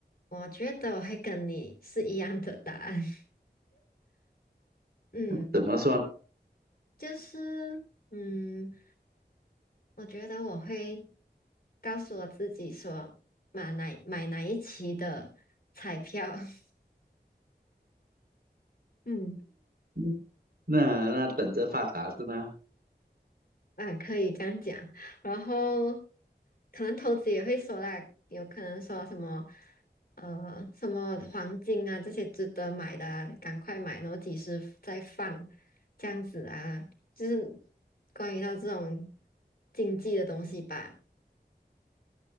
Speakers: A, on the left (about 60°); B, on the right (about 60°).
A: 我觉得我会跟你是一样的答案。<laughs> 嗯，
B: 怎么说呢？
A: 就是，嗯。我觉得我会告诉我自己说，买哪买哪一期的彩票，<laughs> 嗯，
B: 嗯那那等着发达是吗？
A: 啊，可以这样讲。然后可能投资也会说啦，有可能说什么，呃，什么黄金啊这些值得买的啊赶快买，然后几时再放，这样子啊，就是关于到这种经济的东西吧。